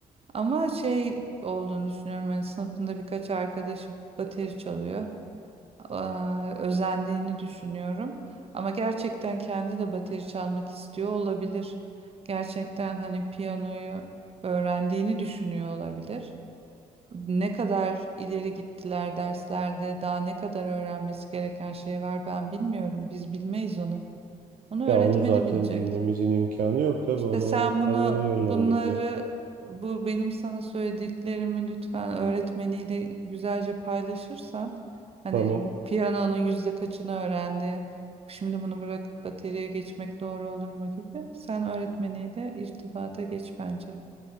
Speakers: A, on the right (about 35°); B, on the right (about 50°).
A: Ama şey olduğunu düşünüyorum. Hani sınıfında birkaç arkadaşı bateri çalıyor. eee, özendiğini düşünüyorum. Ama gerçekten kendi de bateri çalmak istiyor olabilir. Gerçekten hani piyanoyu öğrendiğini düşünüyor olabilir. Ne kadar ileri gittiler derslerde, daha ne kadar öğrenmesi gereken şey var ben bilmiyorum. Biz bilmeyiz onu. Onu
B: Ya
A: öğretmeni
B: onu zaten
A: bilecek.
B: bilmemizin imkanı yok tabii
A: İşte
B: onu
A: sen
B: öğretmenleri
A: bunu
B: yönlendirecek.
A: bunları bu benim sana söylediklerimi lütfen öğretmeniyle güzelce paylaşırsan hani
B: Tamam.
A: piyanonun yüzde kaçını öğrendi şimdi bunu bırakıp bateriye geçmek doğru olur mu gibi sen öğretmeniyle irtibata geç bence.